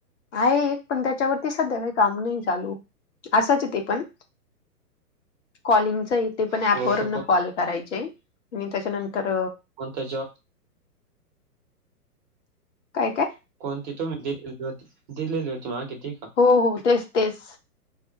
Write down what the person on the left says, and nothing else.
आहे, एक पण त्याच्यावरती सध्या काही काम नाही चालू. असंच ते पण कॉलिंगच आहेते पण
ऍपवर
कॉल करायचे आणि त्याच्यानंतर
काय काय.
हो हो, तेच तेच.